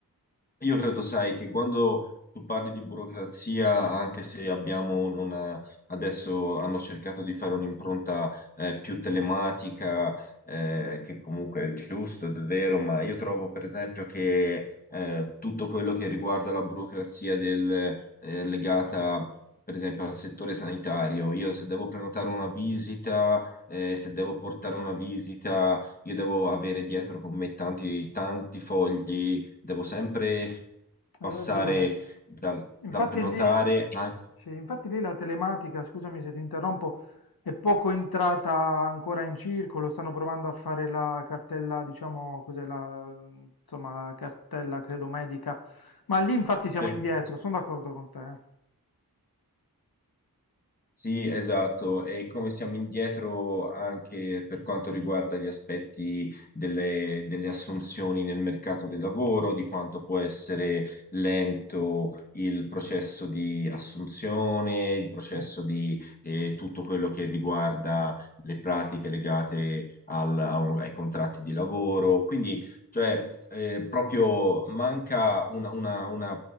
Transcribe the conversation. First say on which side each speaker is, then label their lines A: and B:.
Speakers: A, on the left (about 25°); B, on the left (about 70°).
A: Io credo, sai, che quando tu parli di burocrazia, anche se abbiamo una, adesso hanno cercato di fare un'impronta eh, più telematica, eh, che comunque è giusto ed è vero, ma io trovo per esempio che eh, tutto quello che riguarda la burocrazia del, eh, legata per esempio al settore sanitario, io se devo prenotare una visita, eh, se devo portare una visita, io devo avere dietro con me tanti, tanti fogli devo sempre
B: hai
A: passare
B: ragione.
A: dal,
B: Infatti
A: dal prenotare
B: lì,
A: anche...
B: sì, infatti lì la telematica, scusami se ti interrompo, è poco entrata ancora in circolo, stanno provando a fare la cartella, diciamo, cos'è la, insomma, la cartella, credo, medica, ma lì infatti siamo
A: sì.
B: indietro, sono d'accordo con te. eh.
A: Sì, esatto, e come siamo indietro anche per quanto riguarda gli aspetti delle, delle assunzioni nel mercato del lavoro, di quanto può essere lento il processo di assunzione, il processo
B: Sì,
A: di eh, tutto quello che riguarda le pratiche legate al- a un- ai contratti di lavoro. Quindi, cioè, eh, proprio manca una- una- una-